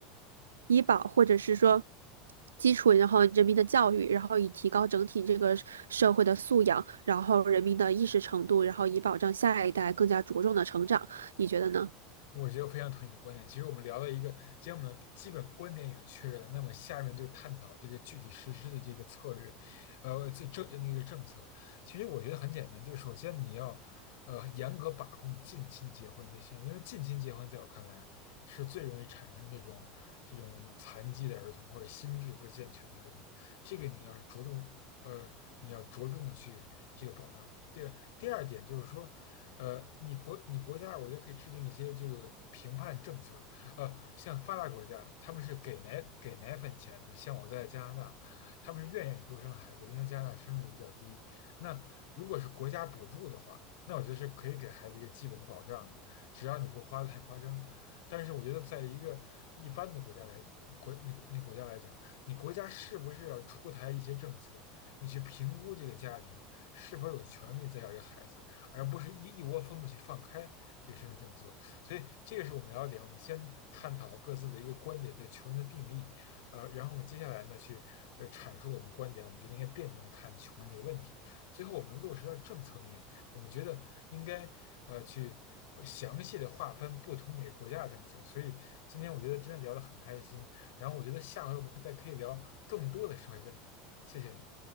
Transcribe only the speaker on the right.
<clears throat> 医保，或者是说基础，然后人民的教育，然后以提高整体这个社会的素养，然后人民的意识程度，然后以保障下一代更加茁壮的成长。你觉得呢？